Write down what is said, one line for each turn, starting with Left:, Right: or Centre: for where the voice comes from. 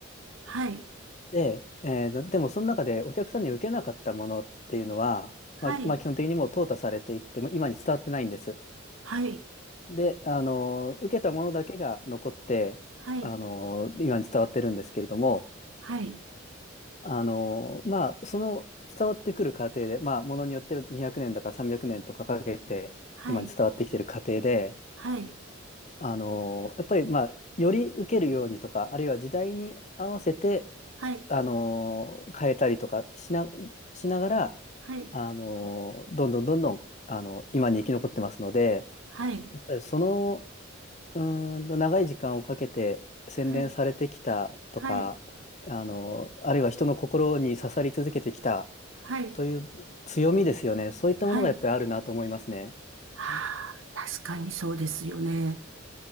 Right: はい、
Left: で、えーでもその中でお客さんに受けなかったものっていうのは、
Right: はい、
Left: まあ、まあ基本的にもう淘汰されていって、もう今に伝わってないんです。
Right: は
Left: で、あのー、受けたものだけが残って、
Right: い、
Left: あのー、今に伝わってるんですけれども、
Right: はい、
Left: あのー、まあ、その伝わってくる過程で、まあ、ものによって200年だか300年とかかけて、
Right: はい、
Left: 今に伝わってきてる過程で、
Right: はい、
Left: あのやっぱりまあより受けるようにとかあるいは時代に合わせて
Right: はい、
Left: あの変えたりとかしな、しながら
Right: はい、
Left: あのどんどんどんどんあの今に生き残ってますので
Right: はい、はい、
Left: やっぱりそのうーんと長い時間をかけて洗練されてきたとかあのあるいは人の心に刺さり続けてきた
Right: はい、はい、はい、
Left: という強みですよねそういったものがやっぱりあるなと思いますね。
Right: はい。はあ、確かにそうですよね。